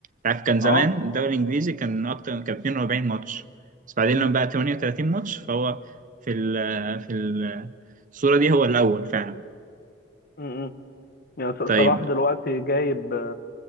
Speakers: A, on the right (about 45°); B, on the left (about 55°).
A: عارف كان زمان
B: اه
A: الدوري الإنجليزي كان أكتر كان 42 ماتش بس بعدين
B: م-
A: لما بقى 38 ماتش فهو في ال آه، في ال- آه، الصورة دي هو الأول فعلا
B: م- م. يعني ص-
A: طيب
B: صلاح دلوقتي جايب